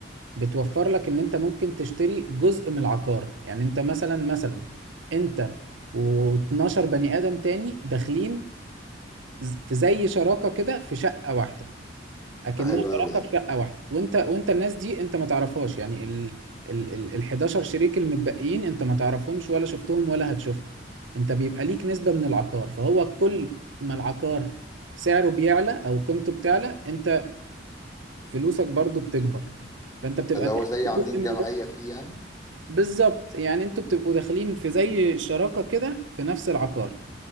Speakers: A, on the right; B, on the left.
A: بتوفر لك ان انت ممكن تشتري جزء من العقار يعني انت مثلا مثلا انت و12 بني آدم تاني داخلين ز- في زي شراكة كده في شقة واحدة اكنها
B: ده حلو
A: شراكه
B: قوي ده
A: في شقه واحده وانت وانت الناس دي انت ما تعرفهاش يعني ال ال ال ال 11 شريك المتبقيين انت ما تعرفهمش ولا شفتهم ولا هتشوفهم انت بيبقى ليك نسبه من العقار فهو كل ما العقار سعره بيعلى او قيمته بتعلى انت فلوسك برضو بتكبر فانت بتبقى
B: ده اللي
A: داخل
B: هو زي
A: في
B: عاملين
A: جزء من
B: جمعية
A: ده
B: فيه يعني
A: بالظبط يعني انتوا بتبقوا داخلين في زي شراكه كده في نفس العقار